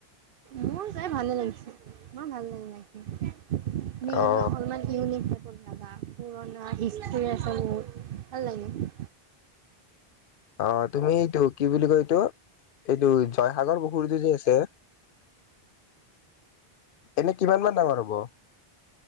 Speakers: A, on the right; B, on the left.
A: মোৰ যাই ভালে লাগিছে মোৰ ভাল লাগিল জাইকিনে। মোৰ
B: অ
A: অলমান ইউনিক টাইপ ৰ। যাবা পুৰণ আহিছে। ল'ৰা-ছোৱালীবোৰ ভাল লাগে।
B: অঁ তুমি এইটো কি বুলি কৈ। ত এইটো য'ত। জয়সাগৰ পুখুৰীটো যে আছে। এনে কিমান মান ডাঙৰ হ'ব। হ'ব।